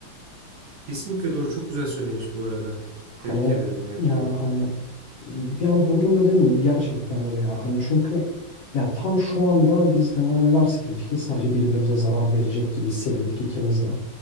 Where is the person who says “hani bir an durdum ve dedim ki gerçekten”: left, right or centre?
Left